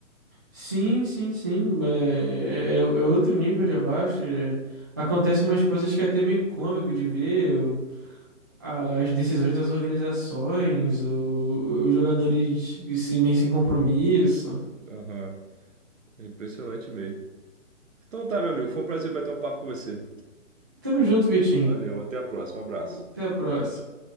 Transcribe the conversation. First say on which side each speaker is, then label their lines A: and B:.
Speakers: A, on the right (about 15°); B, on the right (about 70°).
A: Sim, sim, sim, é, é, é outro nível de abaixo. é. acontecem umas coisas que é até meio cômico de ver. as decisões das organizações, o- os jogadores se meio sem compromisso.
B: Aham. É impressionante mesmo. Então tá, meu amigo, foi um prazer bater um papo com você.
A: Tamo junto, Vitinho.
B: Valeu, até a próxima, um abraço.
A: Até a próxima.